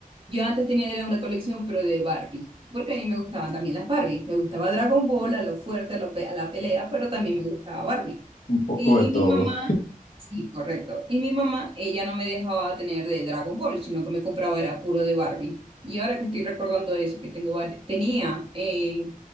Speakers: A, on the right; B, on the left.
A: yo antes tenía era una colección, pero de Barbie, porque a mí me gustaban también las Barbie. Me gustaba Dragon Ball, a lo fuerte, a lo pe- a la pelea, pero también me gustaba Barbie.
B: un poco
A: Y
B: de todo.
A: mi mamá, sí, correcto. Y mi mamá, ella no me dejaba tener de Dragon Ball, sino que me compraba era puro de Barbie. Y ahora que estoy recordando eso, que tengo vari- tenía eh,